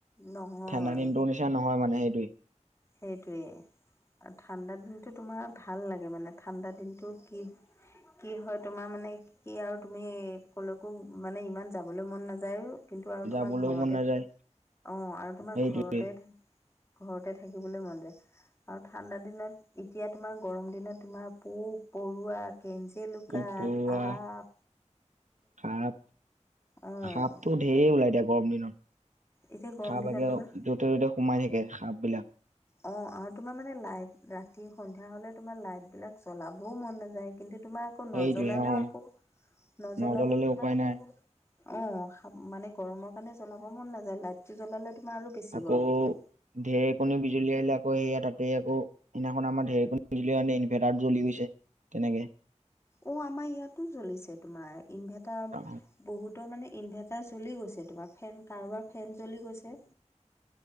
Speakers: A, on the left; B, on the right.
A: নহয়
B: থানদাদিন টোৰ নিচিনা নহয় মানে মেইটোৱে।
A: সেইটোৱেই আৰু ঠাণ্ডা দিনটো তোমাৰ ভাল লাগে মানে ঠাণ্ডা দিনটো কি
B: <inaudible>
A: কি হয় তোমাৰ মানে কি আৰু তুমি ক'লৈকো মানে ইমান যাবলৈ মন নাযায়ো। কিন্তু আৰু
B: যাবলৈও
A: তোমাৰ ঘৰতে
B: মন নাযায়
A: থাকি অ' আৰু তোমাৰ
B: সেইটোৱে
A: ঘৰতে থাকি ঘৰতে থাকিবলৈ মন যায় আৰু ঠাণ্ডা দিনত এতিয়া তোমাৰ গৰম দিনত তোমাৰ পোক পৰুৱা <unintelligible> লুকা
B: পোক পৰুৱা
A: শাপ
B: সাপ
A: অ',
B: সাপটো ধেৰ ওলায়। এতিয়া গৰম দিনত
A: এতিয়া গৰম
B: সাপ
A: দিনত তোমাৰ
B: যোতে তোতে সোমাই থাকে সাপ বিলাক।
A: অ', আৰু তোমাৰ মানে লাইট ৰাতি সন্ধিয়া হ'লে তোমাৰ লাইটবিলাক জ্বলাবও মন নাযায় কিন্তু তোমাৰ আকৌ
B: সেইটোৱে
A: নজ্বলালেও
B: অ
A: আকৌ নজ্বলালেও
B: নজলালে
A: তোমাৰ
B: উপায়
A: আকৌ
B: নাই
A: অ', মানে গৰমৰ কাৰণে জ্বলাব মন নাযায় লাইটটো জ্বলালে তোমাৰ আৰু বেছি
B: আকৌ
A: গৰম উঠে।
B: ঢেৰেকণী বিজুলী আহিলে আকৌ সেই তাতে আকৌ সিদিনাখন আমাৰ ঢেৰকণিত ইনভাৰ্টাৰ জ্বি গৈছে। কেনেকে?
A: ও, আমাৰ ইয়াতো জ্বলিছে তোমাৰ ইনভাৰ্টাৰ
B: অ,
A: বহুতৰ মানে ইনভাৰ্টাৰ জ্বলি গৈছে তোমাৰ ফেন কাৰোবাৰ ফেন জ্বলি গৈছে।